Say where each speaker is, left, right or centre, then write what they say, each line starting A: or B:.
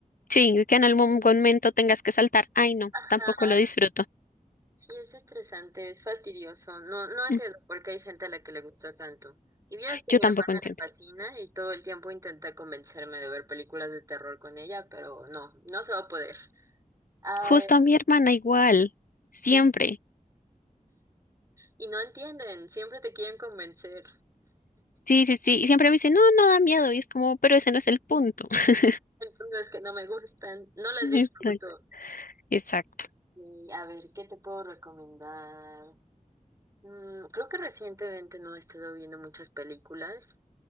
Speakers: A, on the left; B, on the right.
A: Sí, que en algún momento tengas que saltar. Ay, no,
B: Ajá,
A: tampoco lo disfruto.
B: sí, es estresante, es fastidioso. No, no entiendo
A: Mm,
B: por qué hay gente a la que le gusta tanto. Y vieras que
A: Yo
B: a mi
A: tampoco
B: hermana
A: entiendo.
B: le fascina y todo el tiempo intenta convencerme de ver películas de terror con ella, pero no, no se va a poder. A
A: Justo
B: ver,
A: a mi hermana igual, siempre.
B: y no entienden, siempre te quieren convencer.
A: Sí, sí, sí. Y siempre me dice, no, no da miedo. Y es como, pero ese no es el punto. <laughs>
B: El punto es que no me gustan, no las disfruto.
A: Exacto. Exacto.
B: Y a ver, ¿qué te puedo recomendar? Mm, creo que recientemente no he estado viendo muchas películas,